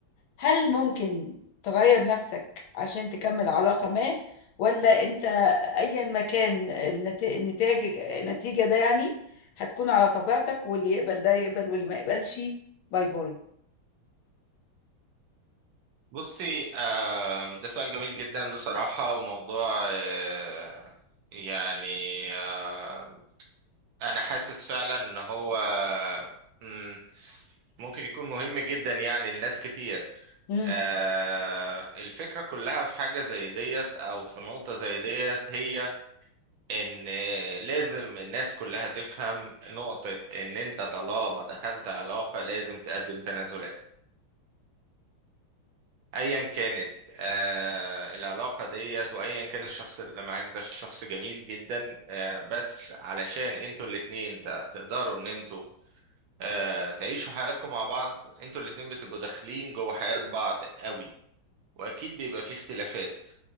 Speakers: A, on the left; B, on the right.
A: هل ممكن تغير نفسك عشان تكمل علاقة ما ولا انت ايا ما كان النت- النتاج النتيجة ده يعني هتكون على طبيعتك واللي يقبل ده يقبل واللي ما يقبلش باي باي
B: بصي آه، ده سؤال جميل جدا بصراحة وموضوع آه، يعني آه، أنا حاسس فعلا إن هو مم، ممكن يكون مهم جدا يعني لناس كتير
A: مم.
B: آه، الفكرة كلها في حاجة زي ديت أو في نقطة زي ديت هي إن آه، لازم الناس كلها تفهم نقطة إن أنت طالما دخلت علاقة لازم تقدم تنازلات ايا كانت آه العلاقه ديت وايا كان الشخص اللي معاك ده الشخص جميل جدا آه بس علشان انتوا الاتنين ت- تقدروا ان انتوا آه تعيشوا حياتكم مع بعض انتوا الاتنين بتبقوا داخلين جوه حياه بعض قوي واكيد بيبقى في اختلافات